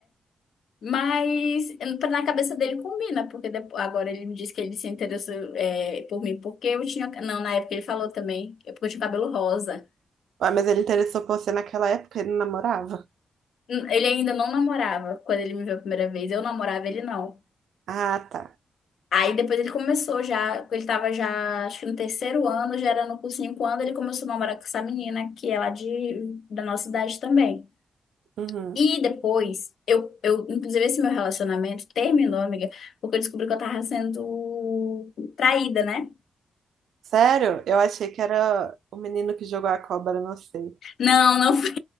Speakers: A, on the left; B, on the right.
A: Mas eh, na cabeça dele combina, porque depois, agora ele me disse que ele se interessou é, por mim, porque eu tinha. Não, na época ele falou também, é porque eu tinha cabelo rosa.
B: Ué, mas ele interessou por você naquela época, ele não namorava?
A: Hum, Ele ainda não namorava quando ele me viu a primeira vez, eu namorava ele não.
B: Ah, tá.
A: Aí depois ele começou já, ele tava já, acho que no terceiro ano, já era no cursinho, quando ele começou a namorar com essa menina, que é lá de, da nossa idade também.
B: Uhum.
A: E depois, eu, eu, inclusive esse meu relacionamento terminou, amiga, porque eu descobri que eu tava sendo traída, né?
B: Sério? Eu achei que era o menino que jogou a cobra, não sei.
A: Não, não <laughs> foi